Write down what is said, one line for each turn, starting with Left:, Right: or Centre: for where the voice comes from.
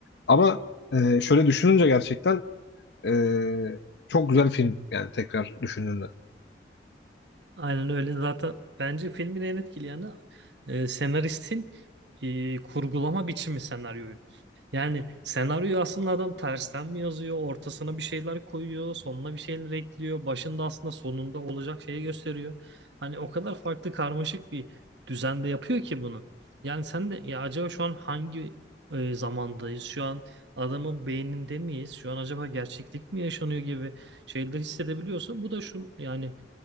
Left: Ama e, şöyle düşününce gerçekten e, çok güzel film yani tekrar düşündüğünde.
Right: Aynen öyle. Zaten bence filmin en etkili yanı e, senaristin e, kurgulama biçimi senaryoyu. Yani senaryoyu aslında adam tersten mi yazıyor, ortasına bir şeyler koyuyor, sonuna bir şeyler ekliyor, başında aslında sonunda olacak şeyi gösteriyor. Hani o kadar farklı karmaşık bir düzende yapıyor ki bunu. Yani sen de ya acaba şu an hangi e, zamandayız? Şu an adamın beyninde miyiz? Şu an acaba gerçeklik mi yaşanıyor gibi şeyleri hissedebiliyorsun. Bu da şu yani